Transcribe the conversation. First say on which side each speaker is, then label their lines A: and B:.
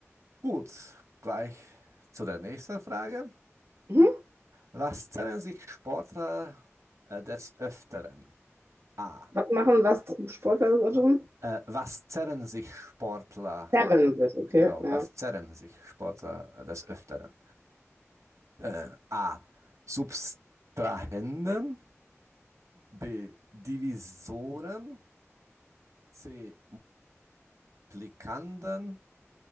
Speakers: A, on the right; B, on the right.
A: Gut, gleich zu der nächsten Frage.
B: Mhm.
A: Was zerren sich Sportler äh, des Öfteren? A.
B: Was machen, was tr- Sportler das auch
A: W-
B: tun?
A: Äh, was zerren sich Sportler?
B: Zerren sich, okay,
A: Genau,
B: ja.
A: was zerren sich Sportler äh, des Öfteren? Äh, A. Subtrahenden. B. Divisoren. C. Multiplikanden.